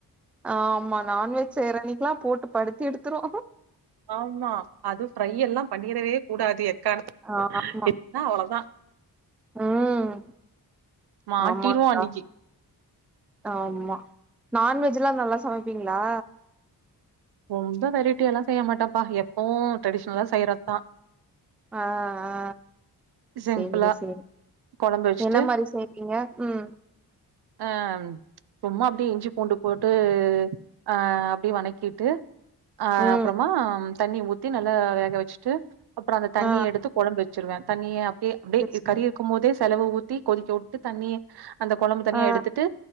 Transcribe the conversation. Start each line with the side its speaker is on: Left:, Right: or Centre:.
Centre: ஆமா நான்வெஜ் செய்ற அன்னைக்கில்லா போட்டு படுத்தி எடுத்துரு
Right: ஆமா அது ஃப்ரையெல்லா பண்ணிரவே கூடாது ஏக்காரணத்துக்
Centre: ஆமா
Right: <inaudible> ன்னா அவளோ தா
Centre: ம்
Right: மாட்டிருவோ
Centre: ஆமாக்கா
Right: அன்னைக்கி
Centre: ஆமா நான்வெஜ்ல்லா நல்லா சமைப்பீங்ளா
Right: ரொம்ப வெரைட்டியெல்லா செய்ய மாட்டப்பா எப்பவு ட்ரெடிஷனலா செய்யறதுதா
Centre: ஆ ஆ
Right: சிம்பிளா
Centre: சேரி சேரி
Right: கொழம்பு வச்சுட்டு,
Centre: என்ன மாரி செய் ஏங்க ம்
Right: ஆ ம் சும்மா அப்டியே இஞ்சி பூண்டு போட்டு ஆ அப்டியே வணக்கி விட்டு ஆ
Centre: ம்
Right: அப்பறமா தண்ணி ஊத்தி நல்லா வேக வச்சிட்டு அப்பறோ அந்த தண்ணி
Centre: ஆ
Right: எடுத்து கொழம்பு வச்சிருவே தண்ணிய அப்டியே அப்டியே
Centre: பிரச்சன
Right: கறி இருக்கும் போதே செலவ ஊத்தி கொதிக்க வுட்டு தண்ணிய அந்த கொழம்பு தனியா
Centre: ஆ
Right: எடுத்துட்டு